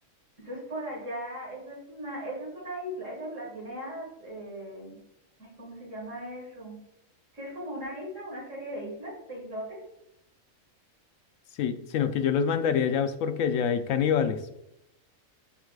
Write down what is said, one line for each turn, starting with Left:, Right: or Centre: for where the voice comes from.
Right: Eso es por allá, eso es una, eso es una isla, eso es las Guineas, eh, ay, ¿cómo se llama eso? Sí, es como una isla, una serie de islas, de islotes.
Left: Sí, sino que yo los mandaría allá es porque allá hay caníbales.